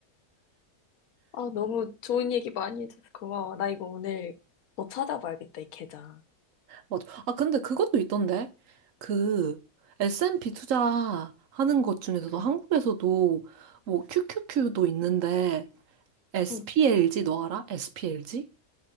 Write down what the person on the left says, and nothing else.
아, 너무 좋은 얘기 많이 해줘서 고마워. 나 이거 오늘 더 찾아봐야겠다, 이 계좌.
응.
응.